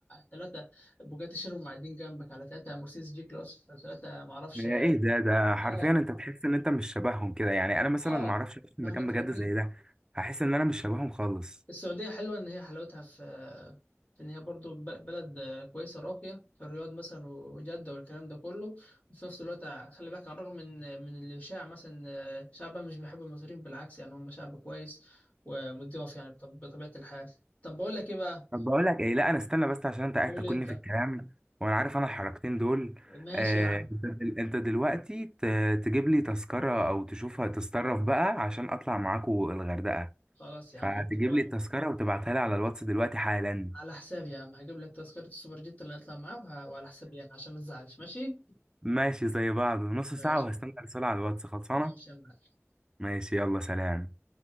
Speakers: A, on the left; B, on the right.
A: ثلاثة بوجاتي شيرون معدين جنبك على ثلاثة مرسيدس جي كلاس على ثلاثة معرفش
B: ايه ده ده
A: اه
B: حرفيا انت تحس ان انت مش شبههم كده يعني انا مثلا
A: اه
B: ما اعرفش اعيش في
A: فاهم
B: مكان
A: أنت
B: بجد
A: قصدي؟
B: زي ده هحس ان انا مش شبههم خالص
A: السعودية حلوة إن هي حلاوتها في إن هي برضو ب- بلد كويسة راقية في الرياض مثلا وجدة والكلام ده كله وفي نفس الوقت خلي بالك على الرغم من من الإشاعة مثلا شعبها مش بيحب المصريين بالعكس يعني هم شعب كويس ومضياف يعني بطب- بطبيعة الحال طب بقول لك إيه بقى
B: طب بقول لك ايه لا انا استنى بس عشان انت قاعد
A: قول
B: تاكلني
A: أنت
B: في الكلام وانا عارف انا الحركتين دول
A: ماشي
B: آه،
A: يا عم
B: انت دل- أنت دلوقتي ت- تجيب لي تذكرة او تشوفها تتصرف بقى عشان اطلع معاكو الغردقة
A: خلاص يا
B: فتجيب
A: عم قلت-
B: لي التذكرة وتبعتها لي على الواتس دلوقتي حالا
A: على حسابي يا عم هجيب لك تذكرة السوبر جيت اللي هنطلع معاه وه- وعلى حسابي يعني عشان ما تزعلش ماشي
B: ماشي زي بعض نص
A: ماشي
B: ساعة وهستنى
A: يا عم.
B: رسالة على الواتس خلصانة
A: ماشي يا معلم
B: ماشي يلا سلام